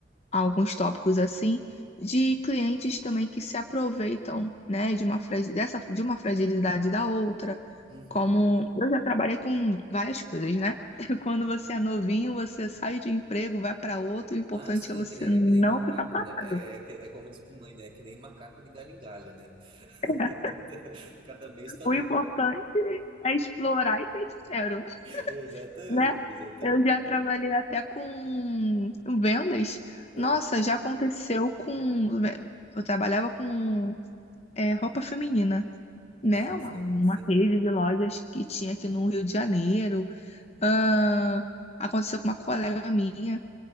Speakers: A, on the left; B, on the right.
A: alguns tópicos assim, de clientes também que se aproveitam, né, de uma, fragi- dessa, de uma fragilidade da outra.
B: Uhum.
A: Como eu já trabalhei com várias coisas, né? <laughs> Quando você é novinho, você sai de um emprego, vai para outro, o importante
B: Ah, sim,
A: é você
B: é que nem,
A: não
B: é que nem macaco,
A: ficar parado.
B: né? É, é, é que- é como diz minha mãe, né? É que nem macaco de galho em galho, né? <laughs>
A: <laughs>
B: Cada mês tá num.
A: O importante é explorar e ter dinheiro,
B: <laughs> Exatamente,
A: né?
B: exatamente.
A: Eu já trabalhei até com vendas. Nossa,
B: Opa,
A: já aconteceu com. Eu trabalhava com é, roupa feminina. né?
B: massa,
A: Uma, uma
B: massa.
A: rede de lojas que tinha aqui no Rio de Janeiro. Ah, aconteceu com uma colega minha.